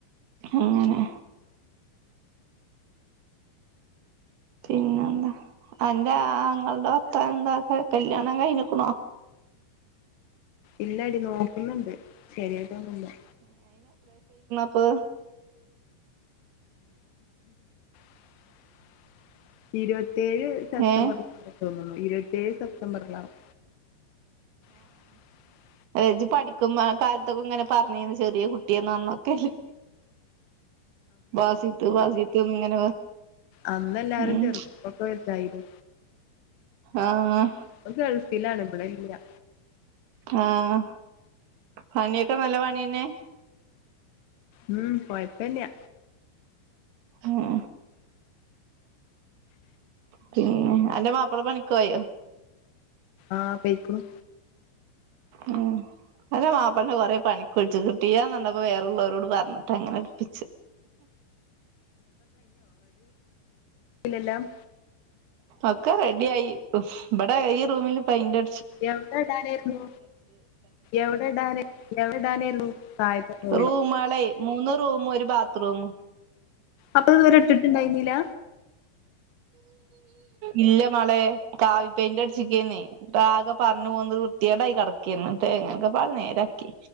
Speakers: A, on the right (about 65°); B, on the left (about 75°).
A: എങ്ങനെ പിന്നെന്താ അന്റെ ആങ്ങൾടെ വർത്താനെന്താ കല്യാണം കഴിഞ്ഞുക്കുണോ
B: ഇല്ലടി നോക്കുന്നുണ്ട് ശരിയായിട്ടൊന്നുല്ല്യ
A: പ്പ്
B: <inaudible> ഇരുപത്തേഴ് സെപ്റ്റംബറിലാ
A: ഏ
B: തോന്നുന്നു ഇരുപത്തേഴ് സെപ്റ്റംബറിലാവും <inaudible>
A: ഏ ഇജി പഠിക്കുന്ന കാലത്തൊക്കെ ഇങ്ങനെ പറഞ്ഞീന് ചെറിയ കുട്ടിയെന്നാന്നൊക്കെല്ലെ വാസിത്ത് വാസിത്ത് ഇങ്ങനെ
B: അന്ന് എല്ലാരും
A: ഉം
B: ചെറുപ്പൊക്കെ വലുതായില്ലെ
A: ആഹ
B: ഇപ്പോ ഗൾഫിലാണ് ഇബിടെയില്ല്യ
A: ആഹ പണിയൊക്കെ നല്ല പണിയന്നെ
B: ഉം കൊയ്പല്ല്യ
A: ആഹ പിന്നെ അന്റെ മാപ്പിള പണിക്കോയോ
B: ആഹ പെയ്ക്കണു
A: ഉം അല്ല മാപ്പിൾക്ക് കൊറേ പണിക്കൊഴിച്ചു കിട്ടിയാന്ന് കണ്ടപ്പ വേറ ഉള്ളവരോട് പറഞ്ഞിട്ട് അങ്ങനെടപ്പിച്ച്
B: ഇല്ലെല്ലാം
A: ഒക്കെ റെഡിയായി. ഇവെടെ ഈ റൂമില് പെയിന്റെ
B: എവെടിടാനാരുന്നു? എവെടിടാന്. എവെടിടാനാരുന്നു? ഹാ ഇപ്പ കൊ
A: റൂമുളെ മൂന്ന് റൂമും ഒരു ബാത്ത്റൂമും.
B: അപ്പൊയിതുവെരെ ഇട്ടിട്ടുണ്ടായ്ന്നില്ല?
A: ഇല്ല മോളേ. കാവി പെയിന്റടച്ചിക്കന്നേ. അപ്പ ആകെ പറന്ന് പോന്ന് വൃത്തികേടായി കെടക്കന്ന്. ക്കെങ്ങനൊക്കെ പറഞ്ഞനേരാക്കി.